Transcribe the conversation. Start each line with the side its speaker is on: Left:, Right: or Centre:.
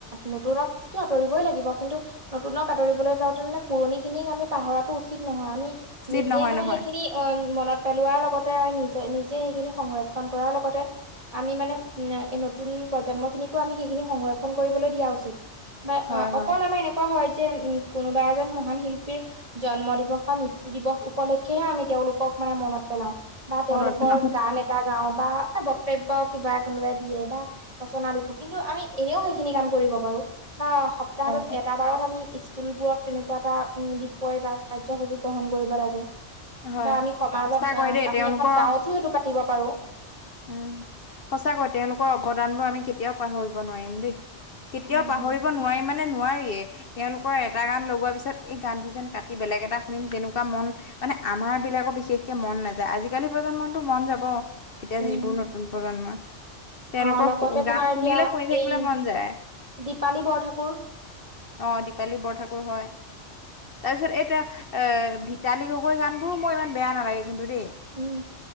Right: নতুনক তো আঁতৰিবই লাগিব, কিন্তু নতুনক আদৰিবলৈ যাওঁতে পুৰণি খিনিক আমি পাহৰা তো উচিত নহয়, আমি
Left: চিত
Right: নিজে
Left: নহয়
Right: মানে
Left: নহয়
Right: সেইখিনি, অ', মনত পেলোৱাৰ লগতে নিজে সেইখিনি সংৰক্ষণ কৰাৰ লগতে আমি মানে, নতুন প্ৰজন্ম খিনিকো আমি সেইখিনি সংৰক্ষণ কৰিবলৈ দিয়া উচিত। বা
Left: হয়
Right: অ', অকল
Left: হয়
Right: আমাৰ এনেকুৱা হয় যে, উম কোনোবা এজন মহান শিল্পীৰ জন্ম দিৱস বা মৃত্যু দিৱস উপলক্ষেহে আমি তেওঁলোকক মানে মনত পেলাওঁ, বা তেওঁলোকৰ
Left: মনত পেলাও
Right: গান এটা গাওঁ বা বক্তব্য কিবা কোনোবাই দিয়ে বা ৰচনা লেখোঁ, কিন্তু আমি এনেও সেইখিনি কাম কৰিব পাৰোঁ। বা সপ্তাহটোত
Left: হয়
Right: এটা বাৰত আমি স্কুলবোৰত তেনেকুৱা এটা উ, বিষয় বা কাৰ্যসূচী গ্ৰহণ কৰিব লাগে।
Left: হয়
Right: বা আমি সমাজত,
Left: সঁচাকৈ দেই
Right: আমি
Left: তেওঁলোকৰ
Right: এখন গাঁৱতো সেইটো পাতিব পাৰোঁ।
Left: উম, সঁচাকৈ তেওঁলোকৰ অৱদানবোৰ আমি কেতিয়াও পাহৰিব নোৱাৰিম দেই। কেতিয়াও
Right: হয়
Left: পাহৰিব
Right: হয়
Left: নোৱাৰিম মানে নোৱাৰিয়ে তেওঁলোকৰ এটা গান লগোৱাৰ পিছত এই গানটো যেন কাটি বেলেগ এটা শুনিম তেনেকুৱা মন মানে আমাৰ বিলাকৰ বিশেষকে মন নাযায়, আজিকালি প্ৰজন্মতো মন যাব এতিয়া
Right: উম
Left: যিবোৰ নতুন প্ৰজন্ম তেওঁলোকৰ
Right: অ লগতে তোমাৰ
Left: গান
Right: এতিয়া
Left: শুনিলে শুনি থাকিবলৈ
Right: এই
Left: মন যায়।
Right: দীপালী বৰঠাকুৰ
Left: অ', দীপালী বৰঠাকুৰ হয়। তাৰপিছত, এতিয়া, এ, ভিতালী গগৈ গানবোৰো মই ইমান বেয়া নালাগে। কিন্তু দেই,
Right: উম